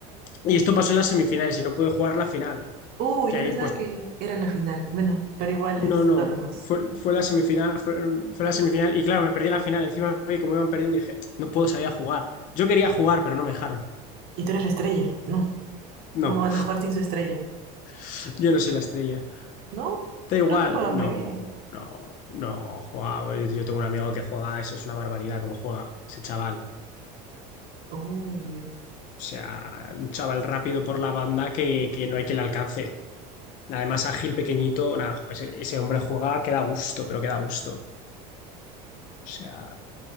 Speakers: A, on the left (about 45°); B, on the right (about 50°).
A: Y esto pasó en las semifinales y no pude jugar la final,
B: Uy,
A: que
B: yo
A: ahí
B: pensaba
A: pues
B: que era la final. Bueno, pero igual
A: No,
B: es
A: no,
B: doloroso.
A: fue, fue la semifinal, fue, fue la semifinal y claro, me perdí la final. Encima vi como iban perdiendo y dije, no puedo salir a jugar. Yo quería jugar, pero no me dejaron.
B: ¿Y tú eres la estrella? No.
A: No,
B: ¿Cómo van a jugar sin su estrella?
A: <laughs> yo no soy la estrella.
B: No,
A: Da igual,
B: pero tú juegas
A: no,
B: muy bien.
A: no, no, jugaba. Yo tengo un amigo que juega, eso es una barbaridad como juega ese chaval.
B: Uy, uy.
A: O sea, un chaval rápido por la banda que, que no hay quien le alcance. Además, ágil, pequeñito, nada, ese, ese hombre juega que da gusto, pero que da gusto. O sea,